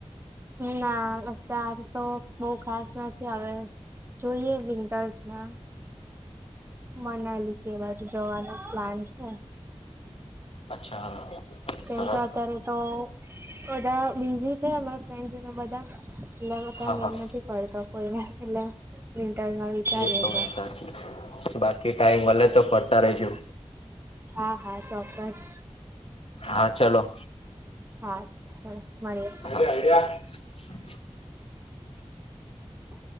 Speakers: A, on the right; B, on the left.
A: ના અત્યાર તો બહ ખાસ નથી હવે જોઈએ, વિન્ટર્સમાં મનાલી કે બાજુ જવાનું પ્લાન છે.
B: અચ્છા
A: કેમ
B: હા
A: કે અત્યારે તો ઓદ બીઝી છે અમારા ફ્રેન્્સને બધા <unintelligible> એટલે ત્યાં
B: હા
A: મન
B: હા
A: નથી પડતો કોઈને એટલે વિન્ટરમાં વિચારીએ
B: એતો વાત
A: છે
B: સાચી બાકી ટાઈમ વલે તો ફરતા રજો,
A: હા હા ચોક્કસ
B: હા, ચલોો
A: હા મળીએ
B: <unintelligible>
A: <unintelligible>